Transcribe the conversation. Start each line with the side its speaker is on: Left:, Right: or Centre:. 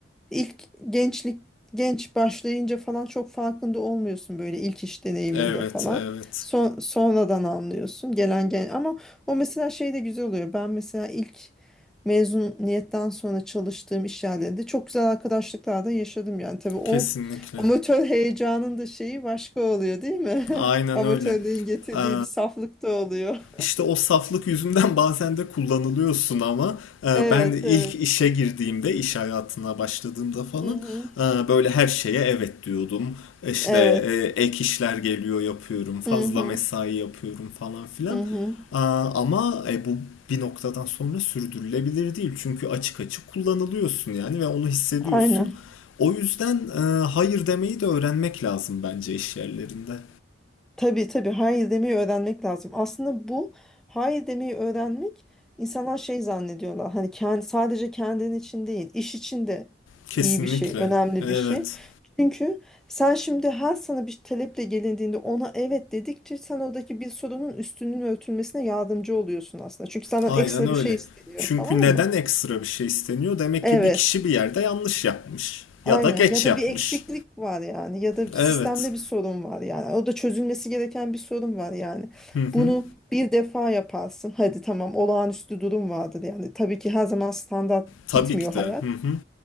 Centre: İlk gençlik genç başlayınca falan çok farkında olmuyorsun böyle ilk iş deneyiminde
Left: Evet,
Centre: falan.
Left: evet.
Centre: Son, sonradan anlıyorsun gelen gelen ama o mesela şey de güzel oluyor. Ben mesela ilk mezuniyetten sonra çalıştığım iş yerlerinde çok güzel arkadaşlıklar da yaşadım yani. Tabii o
Left: Kesinlikle.
Centre: amatör heyecanın da şeyi başka oluyor değil mi?
Left: Aynen
Centre: <laughs> Amatörlüğün
Left: öyle.
Centre: getirdiği
Left: Ee,
Centre: bir saflık da oluyor. <laughs>
Left: İşte o saflık yüzünden <laughs> bazen de kullanılıyorsun ama e,
Centre: Evet,
Left: ben ilk
Centre: evet.
Left: işe girdiğimde, iş hayatına başladığımda falan
Centre: Hı hı.
Left: e, böyle her şeye evet diyordum. İşte
Centre: Evet.
Left: e, ek işler geliyor yapıyorum, fazla
Centre: Hı hı.
Left: mesai yapıyorum falan filan.
Centre: Hı hı.
Left: E, Ama e, bu bir noktadan sonra sürdürülebilir değil. Çünkü açık açık kullanılıyorsun yani ve onu hissediyorsun.
Centre: Aynen.
Left: O yüzden e, hayır demeyi de öğrenmek lazım bence iş yerlerinde.
Centre: Tabii tabii hayır demeyi öğrenmek lazım. Aslında bu hayır demeyi öğrenmek insanlar şey zannediyorlar. Hani kendi, sadece kendin için değil, iş için de
Left: Kesinlikle.
Centre: iyi bir şey, önemli
Left: Evet.
Centre: bir şey. Çünkü sen şimdi her sana bir taleple gelindiğinde ona evet dedikçe sen oradaki bir sorunun üstünün örtülmesine yardımcı oluyorsun aslında. Çünkü senden
Left: Aynen
Centre: ekstra
Left: öyle.
Centre: bir şey isteniyor,
Left: Çünkü
Centre: tamam
Left: neden
Centre: mı?
Left: ekstra bir şey isteniyor? Demek
Centre: Evet.
Left: ki bir kişi bir yerde yanlış yapmış. Ya
Centre: Aynen
Left: da geç
Centre: ya da
Left: yapmış.
Centre: bir eksiklik var yani ya da
Left: Evet.
Centre: sistemde bir sorun var yani o da çözülmesi gereken bir sorun var yani
Left: Hı hı.
Centre: bunu bir defa yaparsın hadi tamam olağanüstü durum vardır yani tabii ki her zaman standart
Left: Tabii
Centre: gitmiyor
Left: ki de.
Centre: hayat
Left: Hı hı.